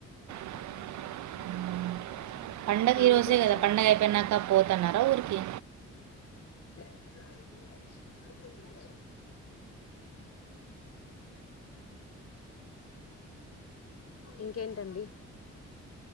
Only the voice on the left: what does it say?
అందుకు
వచ్చాను
స ఇంకేంటి అండి